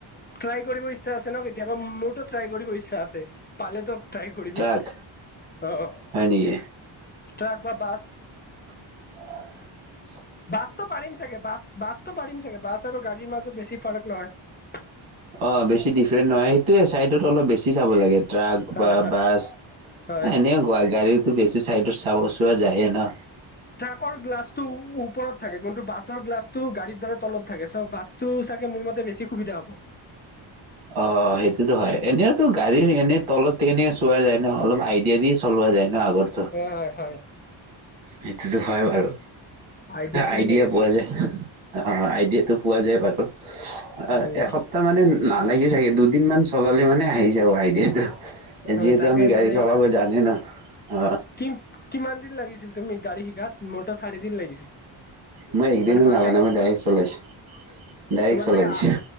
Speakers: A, on the left; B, on the right.
A: ট্ৰাই কৰিব ইচ্ছা আছে ন কেতিয়াবা মোৰতটো ট্ৰাই কৰিব ইচ্ছা। ইচছা আছে পালেতো ট্ৰাই কৰিম
B: ট্ৰাক
A: অ',
B: হয় নেকি
A: ট্ৰাক বা বাছ।
B: অ'।
A: বাছতটো পাৰিম চাগে বাছ, বাছতটো পাৰিম চাগে বাছ আৰু গাড়ীৰ মাজত বেছি ফাৰক নহয়।
B: অ', বেছি ডিফাৰেণ্ট নহয় সেইটোয়ে চাইডত অলপ বেছি চাব লাগে। ট্ৰাক বা
A: হয় হয়
B: বাছ,
A: হয়
B: এনেকুৱা গাড়ীত বেছি চাইডত চাব চোৱা যায়ে না।
A: ট্ৰাকৰ গ্লাছ টো ওপৰত থাকে কিন্তু বাছৰ গ্লাছটো গাড়ীৰ দ্বাৰা তলত থাকে চ' বাছতটো চাগে মোৰ মতে বেছি সুবিধা হ'ব।
B: অ', সেইটোতো হয় এনেইওতো গাড়ীৰ এনেই তলত এনেকে চোৱা যায় ন অলপ আইডিয়া দিয় চলোৱা যায়। আগৰ
A: হয় হয় হয়
B: এইটো, তো হয় বাৰু।
A: আইডিয়াটোৱে
B: আইডিয়া
A: মেইন
B: পোৱা যায়, অ', আইডিয়াাতটো পোৱা যায় বাৰু। অ',
A: উম
B: সপ্তাহ মানে নালাগে চাগে দুদিন মান চলালে মানে আহি যাব আইডিয়াটো।
A: হয়
B: যিহেতু
A: তাকে
B: আমি গাড়ী
A: মানে
B: চলাৱ জানো ন। অ
A: কি, কিমান দিন লাগিছিল তুমি গাড়ী শিকাত মোৰ ত চাৰি দিন লাগিছিল।
B: মই একদিন
A: মানে পাৰফেক্ট
B: লাগা নাই, মই ডাইৰেক্ট চলাইছো। ডাইৰেক্ট
A: তোমাৰ
B: চলাই
A: চাগে
B: দিছো